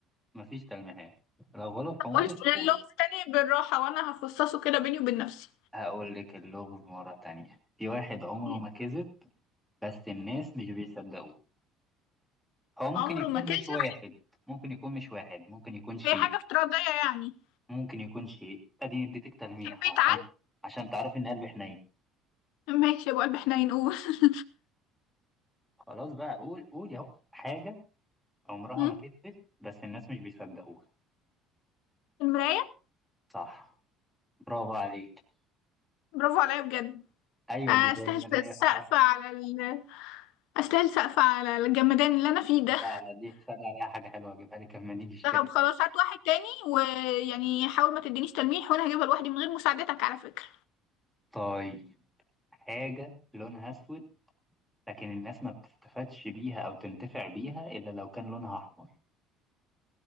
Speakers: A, in the centre; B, on the left.
A: مفيش تلميحات لو غلط عمرك
B: بقولش اللغز
A: قول
B: تاني بالراحة وأنا هفصصه كده بيني وبين نفسي
A: هقول لك اللغز مرة تانية في واحد عمره
B: مم.
A: ما كذب بس الناس مش بيصدقوه هو ممكن
B: عمره
A: يكون
B: ما كذب
A: مش واحد ممكن يكون مش واحد ممكن يكون شيء
B: هي حاجة افتراضية يعني
A: ممكن يكون شيء اديني اديتك تلميح
B: تحبي
A: أهو عشان
B: تعلم
A: عشان تعرفي ان قلبي حنين
B: ماشي يا أبو قلب حنين قول <laughs>
A: خلاص بقى قول قولي اهو حاجة عمرها
B: مم.
A: ما كذبت بس الناس مش بيصدقوها
B: المراية
A: صح برافو عليك
B: برافو عليا بجد
A: ايوه
B: أستاهل
A: دي هي المراية
B: سقف
A: فعلا.
B: على ال... أستاهل سقف على الجمدان اللي أنا فيه ده
A: لا لا دي صدق عليها حاجة حلوة اجيبها لك لما نيجي الشركة
B: طب خلاص هات واحد تاني ويعني حاول ما تدينيش تلميح وأنا هجيبها لوحدي من غير مساعدتك على فكرة
A: طيب حاجة لونها أسود لكن الناس ما بتستفادش بيها أو تنتفع بيها إلا لو كان لونها أحمر